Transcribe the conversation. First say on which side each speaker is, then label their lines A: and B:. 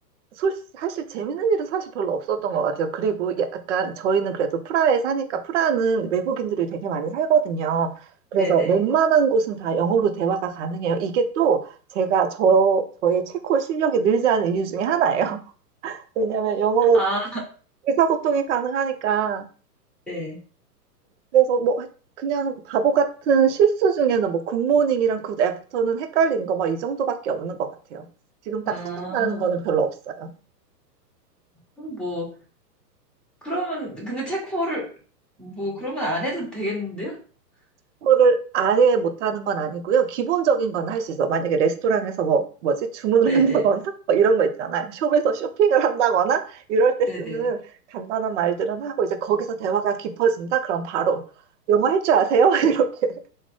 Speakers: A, on the right (about 50°); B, in the centre.
A: 솔- 사실 재밌는 일은 사실 별로 없었던 것 같아요. 그리고 약간 저희는 그래도 프라하에 사니까 프라하는 외국인들이 되게 많이 살거든요. 그래서
B: 네, 네.
A: 웬만한 곳은 다 영어로 대화가 가능해요. 이게 또 제가 저, 저의 체코 실력이 늘지 않은 이유 중에 하나예요. <laughs> 왜냐하면 영어로
B: 아,
A: 의사소통이 가능하니까.
B: 네.
A: 그래서 뭐 그냥 바보 같은 실수 중에는 뭐 굿모닝이랑 굿애프터는 헷갈린 거 막 이 정도밖에 없는 것 같아요. 지금 딱
B: 아,
A: 생각나는 거는 별로 없어요.
B: 그럼 뭐, 그러면, 근데 체코를, 뭐, 그러면 안 해도 되겠는데요?
A: 그거를 아예 못하는 건 아니고요. 기본적인 건 할 수 있어. 만약에 레스토랑에서 뭐, 뭐지? 주문을
B: 네네.
A: 한다거나, <laughs> 뭐 이런 거 있잖아요. 숍에서 쇼핑을 한다거나, 이럴 때
B: 네네.
A: 쓰는 간단한 말들은 하고, 이제 거기서 대화가 깊어진다? 그럼 바로, 영어 할 줄 아세요? <laughs> 이렇게,